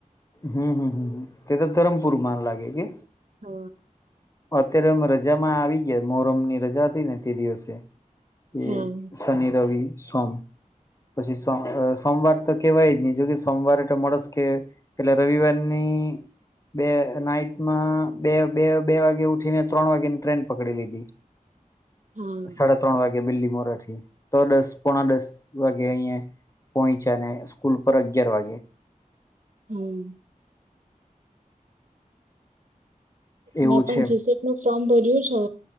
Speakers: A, on the left; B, on the right.
A: હમ હમ હમ તે તો ધરમપુર માન લાગે કે?
B: હહ
A: અત્યારે અમે રજામાં આવી ગયા મોહરમની રજા હતી ને તે દિવસે. એ
B: હા
A: શનિ રવિ. સોમ પછી સોમ અ સોમવાર તો કેવાય જ નહી જો કે સોમવારે એ તો મળસ કે એેટલે રવિવારની બે નાઈટમાં બે બે બે વાગે ઉઠીને ત્રણ વાગેની ટ્રેન પકડી લીધી.
B: હા
A: સાડા ત્રણ વાગે બિલ્લી મોરાઠી તો દસ પોણા દસ વાગે અહીંયા પોઇચાને સ્કૂલ પર અગિયાર વાગે
B: હમ
A: એવું
B: મેં પણ
A: છે
B: જી સી પ નું ફોર્મ ભર્યું છે.